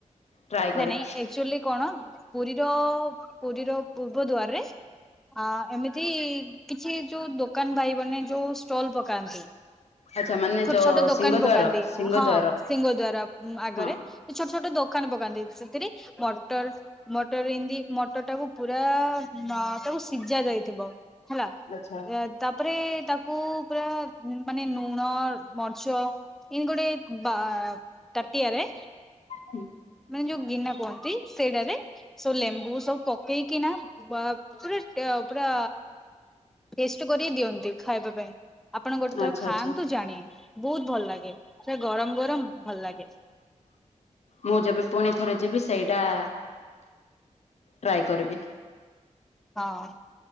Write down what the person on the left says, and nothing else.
ଟ୍ରାଏ କରେ
ଆଚ୍ଛା ମାନେ
ଯୋଉ
ସିଂହଦ୍ୱାର
ସିଂହଦ୍ୱାର
ହଁ
ଆଚ୍ଛା।
ହୁଁ
ଆଚ୍ଛା
ଆଚ୍ଛା
ମୁଁ ଯେବେ ପୁଣି ଥରେ ଯିବି ସେଇଟା ଟ୍ରାଏ କରିବି।